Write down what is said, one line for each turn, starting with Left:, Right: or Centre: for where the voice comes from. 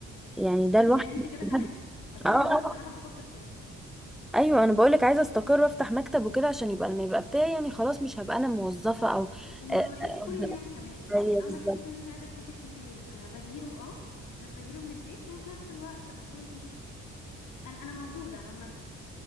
Centre: يعني ده لوحده
Left: ده يعني انت كده
Centre: هدف.
Left: كمان اصل
Centre: اه
Left: انا
Centre: آه.
Left: برضو بصراحه بفكر كده
Centre: ايوه انا بقولك عايزه استقر وافتح مكتب وكده عشان يبقى لما يبقى بتاعي يعني خلاص مش هبقى انا موظفه او
Left: وما
Centre: آه،
Left: تروحيش
Centre: آه،
Left: كل يوم كمان
Centre: ايوه
Left: يعني لو
Centre: بالظبط
Left: ما تحسيش ان انت عايزه تروحي كل يوم انا بديره اه بس بديره من البيت وفي نفس الوقت بكون ايه انا انا موجوده عامه